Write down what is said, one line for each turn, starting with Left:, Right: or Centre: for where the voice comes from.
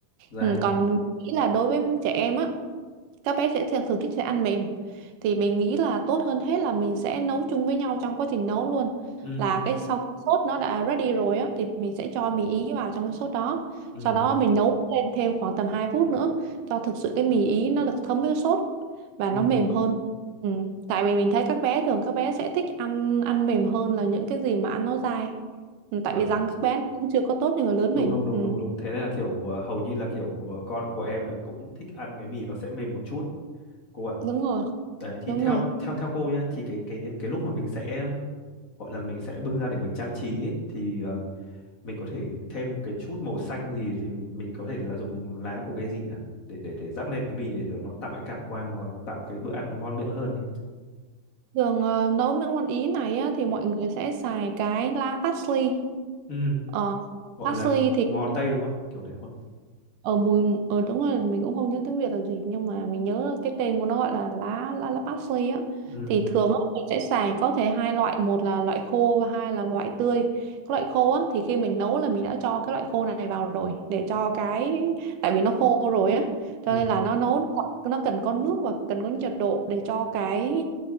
Left: dài
Right: Ừ, còn mình nghĩ là đối với trẻ em á các bé sẽ thường, thường thích sẽ ăn mềm thì mình nghĩ là tốt hơn hết là mình sẽ nấu chung với nhau trong quá trình nấu luôn
Left: ừ
Right: là cái sau khi sốt nó đã ready rồi á thì mình sẽ cho mì ý vào trong cái sốt đó
Left: ừ
Right: sau đó mình nấu lên thêm khoảng tầm 2 phút nữa cho thực sự cái mì ý nó được thấm với cái sốt và
Left: ừ
Right: nó mềm hơn ừ. tại vì mình thấy các bé thường các bé sẽ thích ăn ăn mềm hơn là những cái gì mà ăn nó dai ừ. tại
Left: wow
Right: vì răng các bé nó cũng chưa có tốt như người lớn
Left: đúng
Right: mình
Left: đúng đúng
Right: ừ.
Left: đúng đúng thế nên là kiểu ờ, hầu như là kiểu ờ, con của em là cũng thích ăn cái mì nó sẽ mềm một chút cô ạ
Right: đúng rồi
Left: đấy thì
Right: đúng
Left: theo
Right: rồi
Left: theo theo cô nhá thì cái cái cái lúc mà mình sẽ gọi là mình sẽ bưng ra để mình trang trí ấy, thì ờ, mình có thể thêm một cái chút màu xanh gì thì mình, mình có thể là dùng lá của cái gì nhỉ để để để rắc lên cái mì để cho nó tạo cái cảm quan hoặc tạo cái bữa ăn nó ngon miệng hơn ấy
Right: Thường ờ, nấu những món Ý này á, thì mọi người sẽ xài cái lá parsley.
Left: ừ
Right: Ờ,
Left: gọi
Right: parsley
Left: là
Right: thì
Left: ngò tây đúng không ạ kiểu thế không ạ
Right: ờ mùi ờ đúng rồi mình cũng không nhớ tiếng Việt là gì nhưng mà mình nhớ cái tên của nó gọi là lá lá lá parsley á
Left: ừ
Right: thì thường á mình sẽ xài có thể hai loại một là loại khô và hai là loại tươi cái loại khô á thì khi mình nấu là mình đã cho cái loại khô này vào rồi để cho cái tại vì nó khô rồi á cho
Left: ừ
Right: nên là nó nấu nó cần có nước và cần có nhiệt độ để cho cái